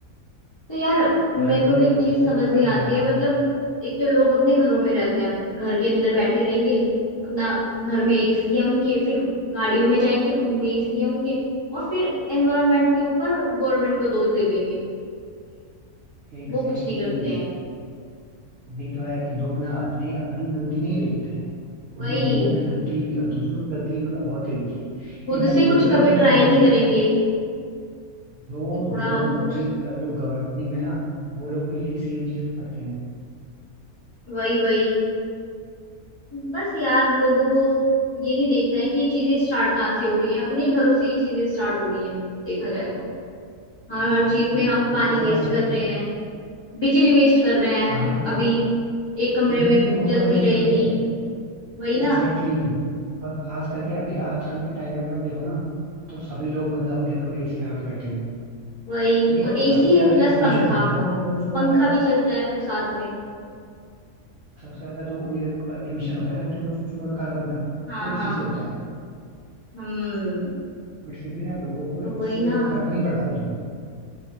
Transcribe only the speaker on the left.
तो यार
मेरे
को
तो एक
चीज
समझ
नहीं
आती
है
मतलब एक तो लोग अपने घरों में रहते हैं घर के अंदर बैठे रहेंगे अपना घर में एसी है उनके फिर गाड़ियों में जाएंगे उनमें एसी है उनके और फिर एनवायरनमेंट के ऊपर गवर्नमेंट को दोष दे देंगे कि
वो कुछ नहीं करते
हैं
वही
खुद
से
कुछ
कभी
ट्राई
नहीं
करेंगे
कि थोड़ा
हम
कुछ
वही वही बस यार लोगों को ये नहीं देखना है कि ये चीजें स्टार्ट कहाँ से हो रही हैं अपने ही घरों से ये चीजें स्टार्ट हो रही हैं देखा जाए तो हर
हर चीज
में हम
पानी
वेस्ट
कर
रहे
हैं बिजली वेस्ट कर रहे हैं
अभी एक कमरे
में
जलती
रहेगी
वही
ना
वही
और एसी
प्लस
पंखा
पंखा भी चलता है फिर साथ में
हाँ
हाँ
हम्म
तो
वही ना